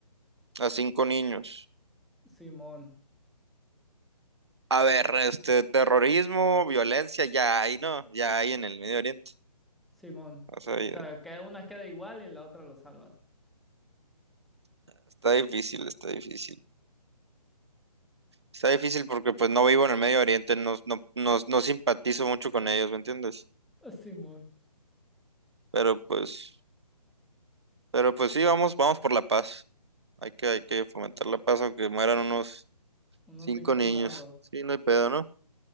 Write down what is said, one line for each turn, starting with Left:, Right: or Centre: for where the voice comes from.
Right: A cinco niños.
Centre: Simón,
Right: A ver, este, terrorismo, violencia, ya hay, ¿no? Ya hay en el Medio Oriente.
Centre: Simón.
Right: O sea,
Centre: O
Right: ya-
Centre: sea, que una queda igual y la otra lo salvas.
Right: está difícil, está difícil. Está difícil porque pues no vivo en el Medio Oriente, no, no, no, no simpatizo mucho con ellos, ¿me entiendes?
Centre: <laughs> Simón,
Right: Pero pues... Pero pues sí, vamos, vamos por la paz. Hay que, hay que fomentar la paz, aunque mueran unos
Centre: unos
Right: cinco
Centre: cinco
Right: niños.
Centre: morros.
Right: Sí, no hay pedo, ¿no?